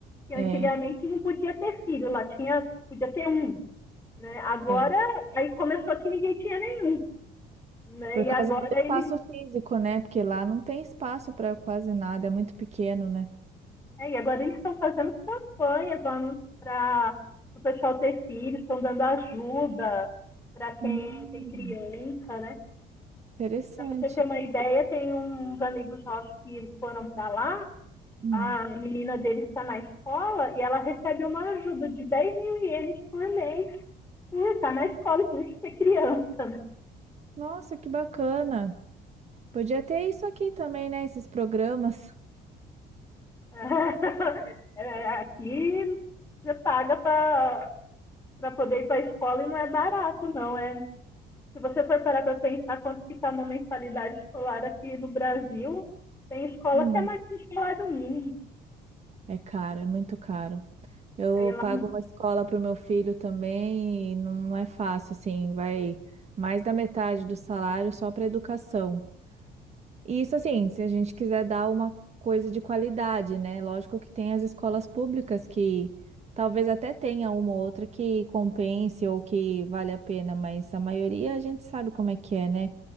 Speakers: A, on the left; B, on the right.
A: Que antigamente
B: É,
A: não podia ter filho, lá tinha, podia ter um. Né? Agora,
B: é.
A: aí começou que ninguém tinha nenhum. Né?
B: Por
A: E
B: causa
A: agora
B: do espaço
A: eles
B: físico, né? Porque lá não tem espaço para quase nada, é muito pequeno, né?
A: É, e agora eles estão fazendo campanhas lá para o pessoal ter filhos, estão dando ajuda para quem
B: Hum.
A: tem criança, né?
B: Interessante.
A: Para você ter uma ideia, tem uns amigos nossos que eles foram para lá,
B: Hum.
A: a menina deles está na escola e ela recebe uma ajuda de 10 mil ienes por mês por estar na
B: No-
A: escola e por ser criança, né?
B: Nossa, que bacana. Podia ter isso aqui também, né? Esses programas.
A: <laughs> É, aqui você paga para poder ir para a escola e não é barato, não. É se você for parar para pensar quanto que está uma mensalidade escolar aqui no Brasil, tem escola
B: Hum.
A: que é mais que salário mínimo.
B: É caro, é muito caro. Eu
A: Aí lá,
B: pago uma escola para o meu filho também e não é fácil, assim, vai mais da metade do salário só para educação. E Isso assim, se a gente quiser dar uma coisa de qualidade, né? Lógico que tem as escolas públicas que talvez até tenha uma ou outra que compense ou que vale a pena, mas a maioria a gente sabe como é que é, né?